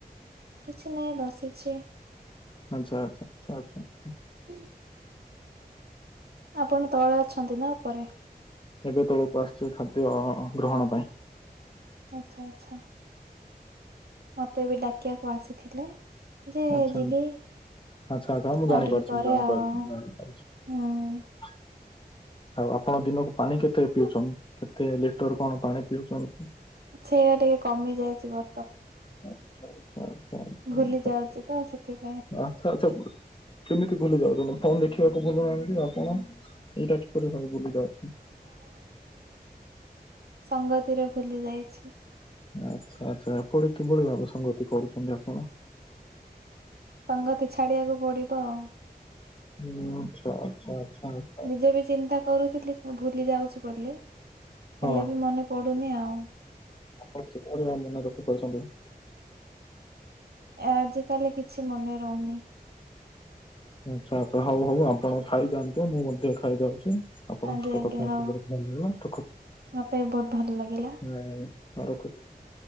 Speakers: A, on the right; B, on the left.
A: କିଛି ନାହିଁ ବସିଛି।
B: ଆଚ୍ଛା ଆଚ୍ଛା ଆଛା ଆଛାା
A: ହୁଁ ଆପଣ ତଳେ ଅଛନ୍ତି ନା ଉପରେ?
B: ଏବେ ତଳକୁ ଆସିଛି ଖାଦ୍ୟ ଗ୍ରହଣ ପାଇଁ।
A: ଆଚ୍ଛା ଆଚ୍ଛା। ମତେ ଏବେ ଡାକିଆକୁ ଆସିଥିଲେ ଯେ
B: ଆଚ୍ଛା
A: ଯିବି।
B: ଆଚ୍ଛା ଆଚ୍ଛା ଆଚ୍ଛା ହ ମୁଁ
A: ଆଉ
B: ଜାଣିପାରୁଛି
A: ଟିକେ ପରେ
B: ଜାଣିପାରୁଛି
A: ଆଉ
B: ଜାଣିପାରୁଛି।
A: ହୁଁ।
B: ଆଉ ଆପଣ ଦିନକୁ ପାଣି କେତେ ପିଉଛନ୍ତି କେତେ ଲିଟର କଣ ପାଣି ପିଉଛନ୍ତି?
A: ସେଇଟା ଟିକେ କମି ଯାଇଛି ବ
B: ଆଚ୍ଛା ଆଚ୍ଛା ଆଛା ଆଛା।
A: ଭୁଲି ଯାଉଛି ତ ସେଥିପାଇଁ
B: ଆଚ୍ଛା ଆଚ୍ଛା କେମିତି ଭୁଲି ଯାଉଛନ୍ତିି। ଫୋନ ଦେଖିବାକୁ ଭୁଲୁ ନାହାନ୍ତି ଆପଣ ଏଇଟା। ଭୂଲି ଯାଉଛନ୍ତି।
A: ସଂଙ୍ଗତି ରେ ଭୁଲି ଯାଇଛି।
B: ଆଛା ଆଚ୍ଛା ଏପରି କିଭଳି ଭାବେ ସଂଙ୍ଗତି କରୁଛନ୍ତି ଆପଣ।
A: ସଙ୍ଗତି ଛାଡିବାକୁ ପଡିବ ଆଉ
B: ହୁଁ ଆଚ୍ଛା ଆଚ୍ଛା। ଆଚ୍ଛା
A: ନିଜେ ବି ଚିନ୍ତା କରୁଥିଲି ଭୁଲି ଯାଉଛି ବୋଲି ହେଲେ
B: ହଁ
A: ବି ମନେ ପଡୁ। ଡୁନି ଆଉ।
B: ଆପଣ କିପରୀ ଭାବେ ମନେ ରଖିପାରୁଛନ୍ତି।
A: ଏ ଆଜିକାଲି କିଛି ମନେ ରହୁନି।
B: ଆଛା ଆଛା ହଉ ହଉ ଆପଣ ଖାଇ ଜାଆନ୍ତୁ ମୁଁ ମଧ୍ୟ ଖାଇ ଜାଉଚି। ଆପଣ
A: ଆଜ୍ଞା
B: ଙ୍କ ସହିତ
A: ଆଜ୍ଞା
B: କଥା ହୋଇକି
A: ହଉ
B: ବହୁତ ଭଲ ଲାଗିଲ ରଖୁଚି
A: ମତେ ବି ବହୁତ ଭଲ ଲାଗିଲା
B: ହୁଁ। ହଁ ରଖୁଛି।